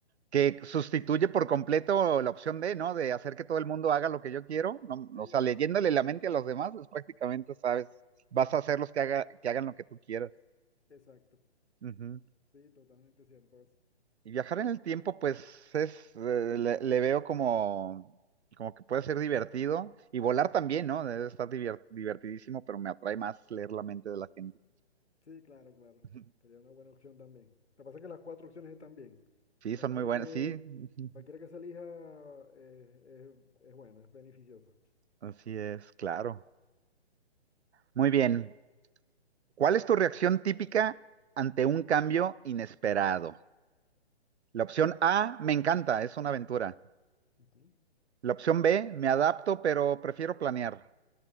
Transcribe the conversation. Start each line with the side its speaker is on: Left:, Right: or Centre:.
Right: que sustituye por completo la opción de, ¿no? De hacer que todo el mundo haga lo que yo quiero, ¿no?
Left: sí,
Right: o sea,
Left: exacto,
Right: leyéndole la mente a los demás, es prácticamente, sabes, vas a hacerlos que, haga, que hagan lo que tú quieras.
Left: exacto.
Right: Ujú.
Left: Sí, totalmente cierto eso.
Right: Y viajar en el tiempo, pues es, eh, le, le veo como, como que puede ser divertido. Y volar
Left: Ujú.
Right: también, ¿no? Debe estar divier- divertidísimo, pero me atrae más leer la mente de la gente.
Left: Sí, claro, claro.
Right: <laughs>
Left: Sería una buena opción también. Lo que pasa es que las cuatro opciones están bien.
Right: Sí,
Left: Cualquiera
Right: son muy buenas,
Left: que,
Right: sí. <laughs>
Left: cualquiera que se elija eh, es, es buena, es beneficioso.
Right: Así es, claro. Muy bien. ¿Cuál es tu reacción típica ante un cambio inesperado? La opción A, me encanta, es una aventura.
Left: Ujú.
Right: La opción B, me adapto, pero prefiero planear.